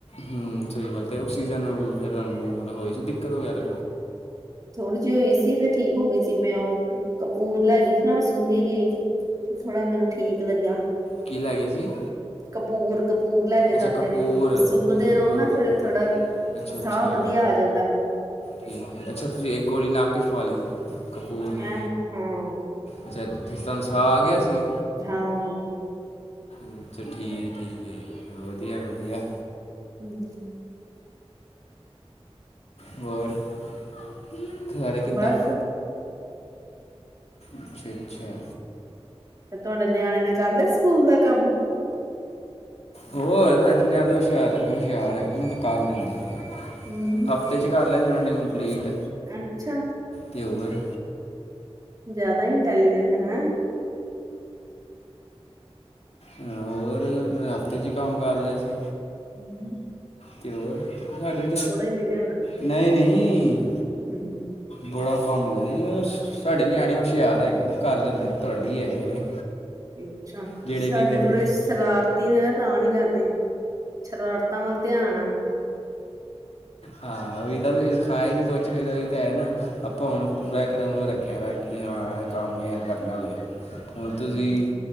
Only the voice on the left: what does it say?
ਹੁ ਸਹੀ ਗੱਲ ਤੇ ਆਕਸੀਜਨ ਫਿਰ ਤੁਹਾਨੂੰ ਮਤਲਬ ਹੋਏ ਸੀ ਦਿੱਕਤ ਵਗੈਰਾ
ਕੀ ਲੈ ਗਏ ਸੀ?
ਅੱਛਾ ਕਪੂਰ
ਅੱਛਾ ਕਪੂਰ
ਅੱਛਾ ਅੱਛਾ
ਠੀਕ ਅੱਛਾ ਤੁਸੀਂ ਇੱਕ ਗੋਲੀ ਨਾਕ ਚ ਪਵਾ ਲਈ ਸੀ ਕਪੂਰ
ਦੀ
ਅੱਛਾਥੇ ਤੁਹਾਨੂੰ ਸਾ ਆਗਿਆ ਸੀ
ਅੱਛਾ ਠੀਕ ਹੈ ਠੀਕ ਹੈ ਵਧੀਆ ਵਧੀਆ।
ਹੋਰ ਸਾਰੇ ਕਿੱਦਾਂ
ਅੱਛਾ ਅੱਛਾ।
ਹੋਰ ਸਾਡੇ ਨਾਲ ਤਾਂ ਹੁਸ਼ਿਆਰ ਹੁਸ਼ਿਆਰ ਹੈਗੇ ਉਹ ਤਾਂ ਕੱਲ੍ਹ ਦਿੰਦੇ ਨੇ।
ਹਫ਼ਤੇ ਚ ਕਰ ਲਿਆ ਸੀ ਉਹਨਾਂ ਨੇ ਕੰਪਲੀਟ
ਤੇ ਹੋਰ।
ਹੋਰ ਉਹ ਨੇ ਹਫ਼ਤੇ ਚ ਕੰਮ ਕਰ ਲਿਆ ਸੀ।
ਤੇ ਹੋਰ ਹਜੇ
ਨਹੀਂ ਨਹੀਂ
ਬੜਾ ਕਾਮ ਮਿਲਾਇਆ। ਸਾਡੇ ਨਿਆਣੇ ਹੁਸ਼ਿਆਰ ਹੈਗੇ ਨਾ ਕਰ ਲੈਂਦੇ ਨੇ ਤੁਹਾਡੀ ਹੀ ਹੈਗੇ ਨੇ।
ਜਿਹੜੇ
ਨਹੀਂ ਕਰਦੇ
ਹਾਂ ਉਹੀ ਤਾਂ ਸਖਾਆ ਹੀ ਨੀ ਕੁਛ ਫੇਰ ਉਹੀ ਤਾਂ ਹੈ ਨਾ। ਆਪਾਂ ਹੁਨ ਪੂਰਾ ਇਕਦਮਨ ਰੱਖਿਆ ਵੇ ਕਿ ਹਾਂ ਇਹ ਕੰਮ ਇਹ ਹੈ ਕਰਨਾ ਵੇ। ਹੁਣ
ਤੁਸੀਂ